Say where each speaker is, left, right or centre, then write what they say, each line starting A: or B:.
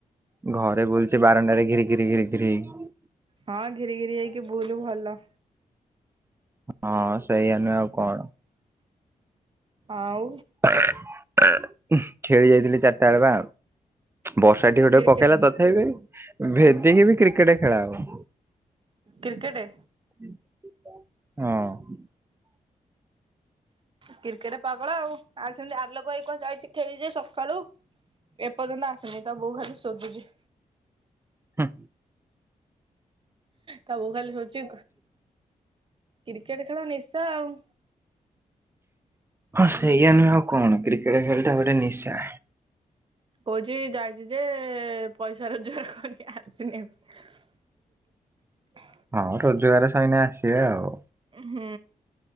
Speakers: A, on the right (about 15°); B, on the right (about 35°).
A: ଘରେ ବଛି ବାରାନଣ୍ଡାରେ ଘିରି ଘିରି ଘିରି ଘରିି ହେଇକି।
B: ହଁ ଘିରି ଘିରି ହେଇକି ବୁଲୁ ଭଲ।
A: ହଁ ସେଇଆ ନୁଁ ଆଉ କଣ।
B: ଆଉ
A: ଖେଳି ଯାଇଥିଲି ଚାରିଟା ବେଳ ବା। ବର୍ଷା ଟି ଗୋଟେ
B: କ୍ରିକେ
A: ପକେଇଲା ତଥାପି ଭେଦିକି ବି କ୍ରିକେଟ ଖେଳା ହବ।
B: କ୍ରିକେଟେ।
A: ହଁ।
B: କ୍ରିକେଟ ପାଗଳ ଆଉ ଆଉ ସେମତି ଆଲୋକ ଭାଇ କୁଆ ଯାଇଛି ଖେଳିଛି ସକାଳୁ। ଏପର୍ଯ୍ୟନ୍ତ ଆସନି ତ ବୋଉ ଖାଲି ଶୋଦୁଛି।
A: ହଁ।
B: ତାବୁ ଖାଲି ଶୋଦୁଛି କ୍ରିକେଟ ଖେଳ ନିଶା ଆଉ।
A: ହଁ ସେଇଆ ନୁହେଁ ଆଉ କଣ କ୍ରିକେଟ ଖେଳଟ ଗୋଟେ ନିଶା।
B: କହୁଛି ଯାଇଛି ଯେ ପଇସା ରୋଜଗାର କରିିକି ଆସିନି ଏପ୍ରଯ୍ୟନ୍ତ। ହ
A: ହଁ ରୋଜଗାର ସଇନେ ଆସିବେ ଆଉ।
B: ହୁଁ।